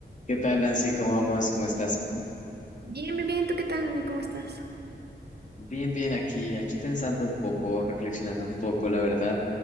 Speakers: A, on the left; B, on the right.
A: ¿Qué tal, Nancy? ¿Cómo vamos? ¿Cómo estás?
B: Bien, bien, bien. ¿Tú qué tal, Dani? ¿Cómo estás?
A: Bien, bien, aquí, aquí pensando un poco, reflexionando un poco, la verdad.